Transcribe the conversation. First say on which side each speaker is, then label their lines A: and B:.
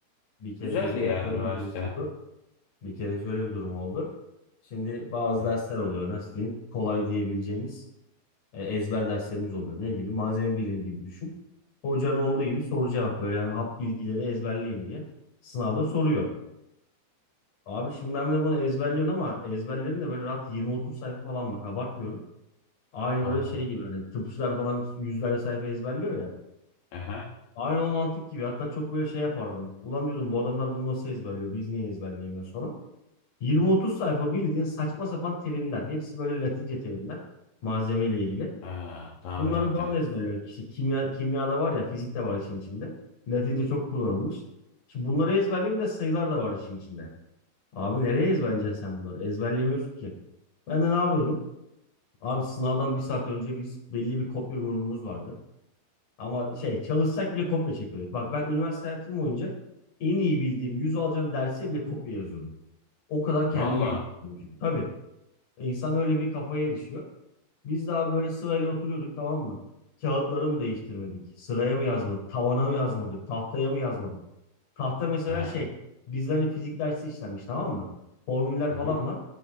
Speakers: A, on the left; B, on the left.
A: Bir kere
B: Güzeldi
A: bize
B: ya
A: böyle
B: üniversite.
A: bir durum oldu. Bir kere şöyle bir durum oldu. Şimdi bazı
B: Hı.
A: dersler oluyor. Nasıl diyeyim? Kolay diyebileceğimiz e, ezber derslerimiz oluyor. Ne gibi? Malzeme bilim gibi düşün. Hocanın olduğu gibi soru cevap böyle yani hap bilgileri ezberleyin diye sınavda soruyor. Abi şimdi ben de bunu ezberliyorum ama ezberlerim de böyle rahat 20-30 sayfa falan bak abartmıyorum. Aynı
B: Allah.
A: böyle şey gibi hani tıpçılar falan yüzlerce sayfa ezberliyor ya.
B: Ehe.
A: Aynı o mantık gibi hatta çok böyle şey yapardım. Ulan diyordum bu adamlar bunu nasıl ezberliyor biz niye ezberleyemiyoruz falan. 20-30 sayfa bildiğin saçma sapan terimler. Hepsi böyle Latince terimler malzemeyle ilgili.
B: Ee, tahmin
A: Bunları
B: ettim.
A: falan ezberliyorum. İşte kimya, kimyada var ya fizik de var işin içinde. Latince çok kullanılmış. Şimdi bunları ezberliyorum bir de sayılar da var işin içinde. Abi nereye ezberleyeceksin sen bunları? Ezberleyemiyorsun ki. Ben de ne yapıyordum? Abi sınavdan bir saat önce biz belli bir kopya grubumuz vardı. Ama şey çalışsak bile kopya çekiyorduk. Bak ben üniversite hayatım boyunca en iyi bildiğim 100 alacağım derse bile kopya yazıyordum. O kadar kendime
B: Valla.
A: güveniyordum çünkü. Tabii e, insan öyle bir kafaya erişiyor. Biz daha böyle sırayla oturuyorduk tamam mı? Kağıtları mı değiştirmedik? Sıraya mı yazmadık? Tavana mı yazmadık? Tahtaya mı yazmadık? Tahta mesela
B: Ee,
A: şey bizlere fizik dersi işlenmiş tamam mı? Formüller
B: hı
A: falan
B: hı.
A: var.